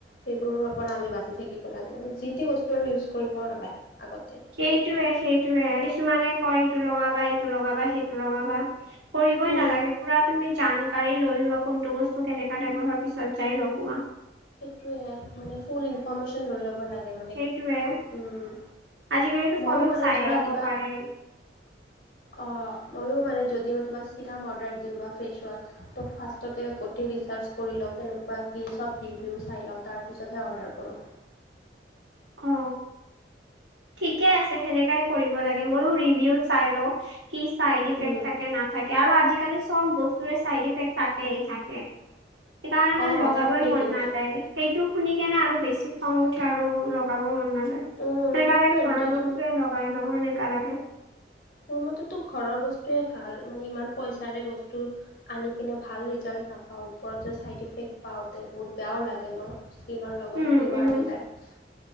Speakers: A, on the left; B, on the right.
A: সেইবোৰৰ পৰা আমি বাচি থাকিব লাগে, মানে যি তি বস্তু আৰু ইউজ কৰিব নালাগে আগতে।
B: সেইটোয়ে-সেইটোয়ে কিছুমানে কয় ইটো লগাবা, ইটো লগাবা, সেইটো লগাবা। কৰিবই
A: উম।
B: নালাগে, পুৰা তুমি জান কাঢ়ি লৈ লোৱা কোনটো বস্তু কেনেকা টাইপৰ হোৱাৰ পিছত যায় লগুৱা।
A: সেইটোৱে মানে ফুল ইনফৰমেশ্যন লৈ ল'ব লাগে মানে।
B: সেইটোৱে
A: উম,
B: আজিকালিতো
A: ময়ো
B: ফোনত
A: মানে
B: চায়য়ে
A: ধৰা
B: ল'ব
A: কিবা
B: পাৰে।
A: অ, ময়ো মানে যদি মই কিবা চিৰাম অৰ্ডাৰ দিওঁ বা ফেচ ৱাশছ ত' ফাৰ্ষ্টতে গোটেই ৰিচাৰ্চ কৰি লওঁ কেনেকুৱা কি চব ৰিভিউ চাই লওঁ তাৰপিছতহে অৰ্ডাৰ কৰোঁ।
B: অ ঠিকে আছে, সেনেকাই কৰিব লাগে ময়ো ৰিভি চাই লও। কি চাইড ইফেক্ট
A: উম,
B: থাকে ন থাকে আৰু আজিকালি সব বস্তুে চাইড ইফেক্ট থাকেই থাকে। সেইকাৰণে মানে
A: অ'
B: লগাবই
A: থাকেই
B: মন
A: কিন্তু।
B: নাযায়। সেইটো শুনিকনে আৰু বেছি খং উঠে আৰু লগাবও মন নাযায়। সেইনেকালে
A: উম, সেইটোয়ে
B: ঘৰৰ
A: যোনটো
B: বস্তুৱয়ে লগাই লও এনেকা লাগে।
A: মোৰ মতেতো ঘৰৰ বস্তুৱয়ে ভাল, মানে ইমান পইচাৰে বস্তু আনি কিনে ভাল ৰিজাল্ট নাপাওঁ ওপৰত যে ছাইড ইফেক্ট পাওঁতে বহুত বেয়াও লাগে ন। স্কিনৰ লগত
B: উম
A: খেলৱাৰ
B: উম
A: হৈ যায়।